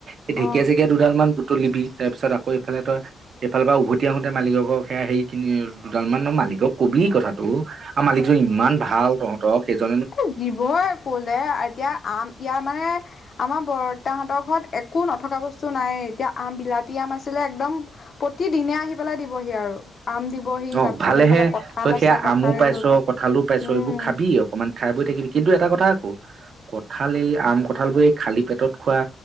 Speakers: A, on the right; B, on the left.
A: এই
B: অ
A: ঢেকীয়া চেকীয়া দুডাল মান দুুটলিবি তাৰ পিছত আকৌ এইফালে তই এইফালৰ পৰা উভতি আহ আহোঁতে মালিকৰ ঘৰৰ এয়া সেই খিনি দুডাল মান মালিকক কবি কথাটো আৰু মালিকজন ইমান ভাল তহঁতক সেইজন
B: এ দিবই কলে এতিয়া আম ইয়াৰ মানে। আমাৰ বৰ্তাহতৰ ঘৰত একো নথকা বস্তু তো নাই এতিয়া আম বিলাতি আম আছিলে একদম প্ৰতিদিনে আহি পেলাই দিবহি আৰু আম দিবহি।
A: অ'
B: তাৰ পিছত
A: ভালেহে
B: এইফালে কঁঠাল
A: তই
B: আছে
A: সেয়া
B: কঁঠাল
A: আমো
B: হেৰি
A: পাইছ
B: কৰিব
A: কঁঠালো পাইছ
B: উম
A: এইবোৰ খাবি অকমান। খাই বৈ থাকিবি কিন্তু এটা কথা আকৌ কঠাল এই আম কঁঠাল বোৰ এই খালী পেটত খোৱা